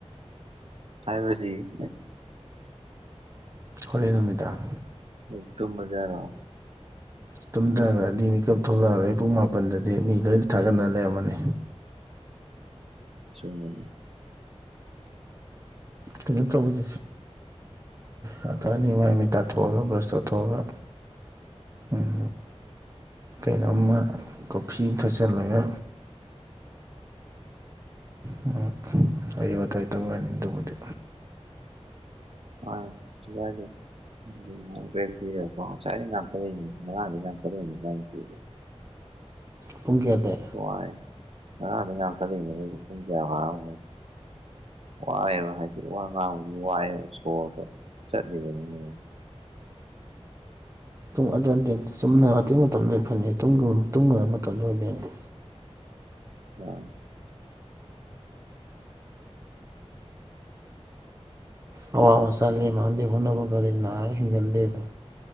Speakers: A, on the right (about 65°); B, on the right (about 25°).
A: ꯍꯥꯏꯕꯖꯤ
B: ꯍꯣꯔꯦꯟ ꯅꯨꯃꯤꯗꯥꯡ
A: ꯍꯖ ꯇꯨꯝꯃꯖꯦ ꯍꯥꯢꯔꯣ
B: ꯇꯨꯝꯗꯒ꯭ꯔꯗꯤ ꯃꯤꯀꯞ ꯊꯣꯛꯂꯑꯔꯣꯏ ꯄꯨꯡ ꯃꯥꯄꯟꯗꯗꯤ ꯃꯤ ꯂꯣꯏ ꯊꯥꯒꯠꯅ ꯂꯩꯔꯝꯃꯅꯤ
A: ꯆꯨꯝꯃꯤꯅꯦ
B: ꯀꯩꯅꯣ ꯇꯧꯕꯁꯤꯁꯦ ꯅꯠꯇ꯭ꯔꯅꯤ ꯃꯥꯏꯃꯤꯠ ꯇꯥꯊꯣꯛꯑꯒ ꯕ꯭ꯔꯁ ꯇꯧꯊꯣꯛꯑꯒ ꯎꯝ ꯀꯩꯅꯣꯝꯃ ꯀꯣꯐꯤ ꯑꯃ ꯊꯛꯆꯜꯂꯒ ꯍꯝ ꯎꯝ ꯑꯩꯌꯨ ꯋꯥꯇꯥꯏ ꯇꯧꯌꯥꯅꯤ ꯑꯗꯨꯕꯨꯗꯤ
A: ꯃꯥꯅꯤ ꯆꯤꯌꯗꯥꯢ ꯎꯝ ꯑꯞꯒ꯭ꯔꯦꯠ ꯄꯤꯔꯀꯣ ꯉꯁꯥꯏꯗꯩ ꯉꯈꯠꯔꯏꯅꯤ ꯉꯥꯔꯥꯡꯗꯩ ꯉꯈꯠꯔꯏꯅꯤ ꯏꯕꯥꯢꯅ ꯄꯤꯔꯦ
B: ꯄꯨꯡ ꯀꯌꯥꯗꯩ
A: ꯋꯥꯏ ꯉꯔꯥꯡꯗꯩ ꯉꯥꯈꯠꯂꯛꯏꯅꯤ ꯃꯣꯢꯖꯤ ꯄꯨꯡ ꯀꯌꯥ ꯐꯔꯕꯅꯣ ꯈꯪꯗꯦ ꯋꯥꯏꯑꯦꯕ ꯍꯥꯏꯗꯤ ꯋꯥ ꯉꯥꯡꯕꯒꯤ ꯋꯥꯑꯦꯕ ꯁꯣꯔꯗꯣ ꯆꯠꯂꯤꯕꯅꯤꯅ
B: ꯄꯨꯡ ꯑꯗꯨ ꯑꯇꯦꯟ ꯆꯨꯝꯅ ꯑꯊꯦꯡꯅ ꯇꯧꯔꯤꯉꯩ ꯐꯅꯤ ꯇꯨꯝꯒꯕ ꯇꯨꯝꯒꯕ ꯃꯇꯝꯗ ꯑꯣꯏꯕꯩꯅꯦ
A: ꯃꯥꯅꯦ
B: ꯑꯋꯥ ꯃꯆꯥ ꯂꯦꯝ ꯃꯥꯟꯗꯦ ꯍꯣꯠꯅꯕ ꯀꯜꯂꯤ ꯅꯥꯔ ꯍꯤꯡꯒꯟꯗꯦꯗꯣ